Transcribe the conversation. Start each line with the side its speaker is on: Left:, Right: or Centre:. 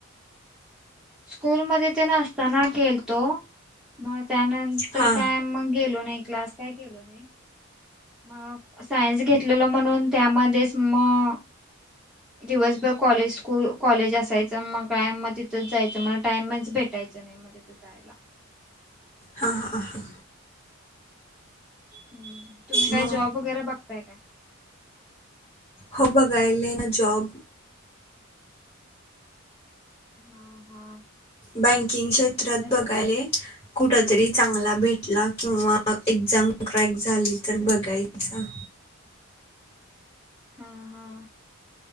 Centre: स्कूल मध्ये ते नसताना केलतो मग. त्यानंतर
Left: हां
Centre: काय मग गेलो नाही क्लास काय केलो नाही मग. सायन्स घेतलेल म्हणून त्यामध्येच मग. दिवसभर कॉलेज स्कूल कॉलेज असायचं मग काय मग तिथंच जायचं मला टाइमच भेट. भेटायच नाही मध्ये तू जायला.
Left: हा हाा हा.
Centre: हम् तुम्ही काय
Left: मग
Centre: जॉब वगैरे बघताय काय.
Left: हो बघायले ना जॉब.
Centre: <inaudible>
Left: बँकिंग क्षेत्रात
Centre: हा कसला जॉब
Left: बघायला
Centre: पाहिजे
Left: कुठतरी चांगला भेट. किंवा एक्झाम क्रॅक झाली तर बघायचा.
Centre: हा हा.